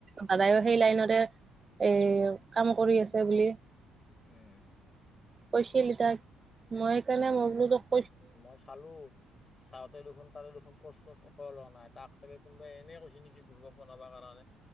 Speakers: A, on the right; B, on the left.
A: দাদায়ও সেই লাইনতে এ কাম কৰি আছে বুলি
B: উম
A: কৈছিলি তাক মই সেইকাৰণে মই বোলোতোখ
B: মই চালো চাওঁতে দেখোন তাতে দেখোন প্ৰশ একো লোৱা নাই তাক চাগে কোনোবাই এনে কৈছে নেকি বুব প নাবা কাৰণে